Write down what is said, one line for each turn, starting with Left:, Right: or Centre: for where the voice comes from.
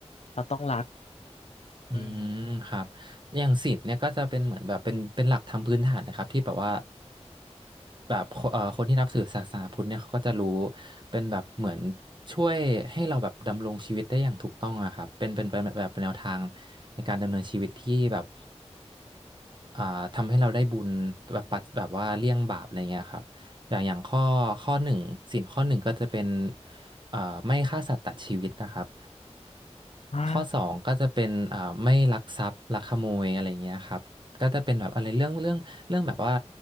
Left: เราต้องรัก
Right: อืมครับ
Left: อืม
Right: อย่างศีลเนี่ยก็จะเป็นเหมือนแบบเป็นเป็นหลักธรรมพื้นฐานนะครับที่แบบว่าแบบคเอ่อคนที่นับถือศาสนาพุทธเนี่ยเขาก็จะรู้เป็นแบบเหมือนช่วยให้เราแบบดำรงชีวิตได้อย่างถูกต้องอะครับเป็นเป็นเป็นแบบแนวทางในการดำเนินชีวิตที่แบบ อ่าทำให้เราได้บุญแบบปัดแบบว่าเลี่ยงบาปอะไรเงี้ยครับอย่างอย่างข้อข้อหนึ่งศีลข้อหนึ่งก็จะเป็นอ่าไม่ฆ่าสัตว์ตัดชีวิตนะครับ
Left: อ่า
Right: ข้อสองก็จะเป็นอ่าไม่ลักทรัพย์ลักขโมยอะไรเงี้ยครับก็จะเป็นแบบอะไรเรื่องเรื่องเรื่องแบบว่า